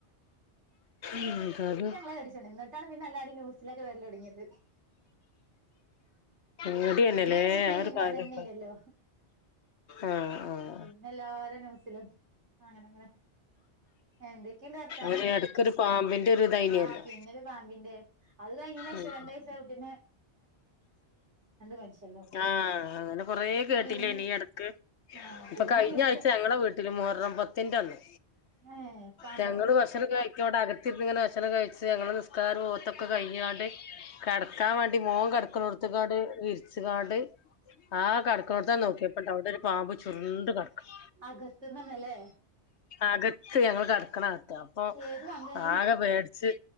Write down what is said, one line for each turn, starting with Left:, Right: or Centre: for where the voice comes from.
Left: ഉം
Right: <unintelligible> ടാണ് പിന്നെല്ലാരും ന്യൂസിലൊക്കെ വരലോടങ്ങിയേത്
Left: പേടിയന്നല്ലേ
Right: ഉം പിന്നെ ന്യൂസില്
Left: ആ ഒരു
Right: പിന്നെ
Left: കാര്യൊക്കെ
Right: അതന്നെനല്ലോ
Left: ആഹ് ആഹ്
Right: ഉം എല്ലാരും ന്യൂസിലും അങ്ങനെ അങ്ങനെ എന്തൊക്കെയുണ്ട് സ്ഥലം
Left: ഒരു എടക്കൊരു പാമ്പിന്റെ ഒരു ഇതായിനല്ലോ
Right: ആഹ് പിന്നൊരു പാമ്പിന്റെ അത് കഴിഞ്ഞെനേഷം
Left: ഉം
Right: രണ്ട് വയസ്സായ കുട്ടിനെ മരിച്ചല്ലോ
Left: ആഹ് അങ്ങനെ കൊറേ കേട്ടില്ലേയ്നി
Right: പിൻ
Left: ഈടക്ക്
Right: ആഹ്
Left: ഇപ്പൊ
Right: പിന്നെ
Left: കഴിഞ്ഞാഴ്ച
Right: ന്യൂസ്
Left: ഞങ്ങളെ വീട്ടില് മുഹറം പത്തിന്റെന്ന്
Right: ഏഹ് പാമ്പോ
Left: ഞങ്ങള് ഷണകഴിച്ചോണ്ട് അകത്തിര്ന്ന് ഇങ്ങനെ ഭക്ഷണൊക്കെ കഴിച്ച് ഞങ്ങള് നിസ്കാരും ഓത്തൊക്കെ കഴിഞ്ഞാണ്ട് കെടക്കാൻ മാണ്ടി ടി മോൻ കെടക്കണോട്തക്കാണ്ട് വിരിച് കാണ്ട് ആഹ് കട്ക്ണോട്തണ്ട് നോക്കിയപ്പണ്ടാവ്ടെ ഒരു പാമ്പ് ചുരുണ്ട് കടക്ക്ണ്.
Right: അകത്ത്ന്നന്നല്ലേ
Left: അകത്ത് ഞങ്ങള് കടക്കണകത്ത് അപ്പൊ
Right: ഏത് പാമ്പേനി
Left: ആകെ ബേ <unintelligible>